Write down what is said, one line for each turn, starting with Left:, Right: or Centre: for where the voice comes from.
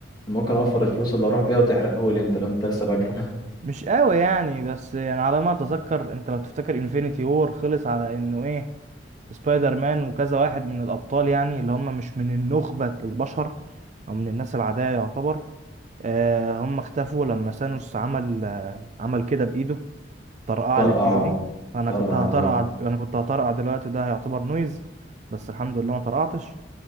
Left: ممكن اوفر الفلوس اللي اروح بيها وتحرقه لي انت لو انت لسه فاكره
Right: مش قوي يعني بس يعني على ما اتذكر انت لو تفتكر انفينيتي وور خلص على انه ايه سبايدر مان وكذا واحد من الابطال يعني اللي هم مش من النخبة البشر او من الناس العادية يعتبر آه هم اختفوا لما ثانوس عمل آه عمل كده بايده طرقعة
Left: <laughs> طرقع
Right: اللي بايده دي فانا
Left: طرقع
Right: كنت هطرقع
Left: اه
Right: انا كنت هطرقع دلوقتي ده هيعتبر نويز بس الحمد لله ما طرقعتش